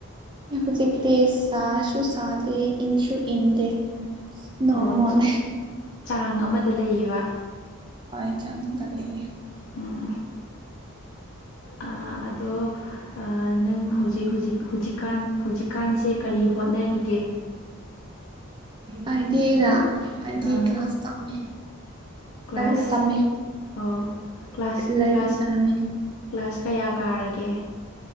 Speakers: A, on the right; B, on the left.
A: ꯍꯧꯖꯤꯛꯇꯤ ꯁꯥꯁꯨ ꯁꯥꯗꯦ ꯏꯪꯁꯨ ꯏꯪꯗꯦ ꯅꯣꯔꯃꯜ
B: ꯑꯣ ꯆꯤꯛ ꯆꯥꯡ ꯑꯃꯗ ꯂꯩꯑꯕ
A: ꯍꯣꯏ ꯆꯥꯡ <unintelligible> ꯂꯩꯌꯦ
B: ꯎꯝ ꯑꯥ ꯑꯗꯣ ꯑ ꯅꯪ ꯍꯧꯖꯤꯛ ꯍꯧꯖꯤꯛ ꯍꯧꯖꯤꯛ ꯍꯧꯖꯤꯛꯀꯥꯟ ꯍꯧꯖꯤꯛꯀꯥꯟꯁꯦ ꯀꯔꯤ ꯍꯣꯠꯅꯔꯤꯒꯦ
A: ꯑꯩꯗꯤꯔꯥ ꯑꯩꯗꯤ
B: ꯑꯥ
A: ꯀ꯭ꯂꯥꯁ ꯇꯝꯃꯤ
B: ꯀ꯭ꯂꯥꯁ
A: <unintelligible> ꯇꯝꯃꯤ
B: ꯑꯣ ꯀ꯭ꯂꯥꯁ
A: ꯂꯥꯏꯔꯤꯛ
B: ꯀ꯭ꯂꯥꯁ
A: ꯇꯝꯃꯤ
B: ꯀ꯭ꯂꯥꯁ ꯀꯌꯥ ꯀꯥꯔꯒꯦ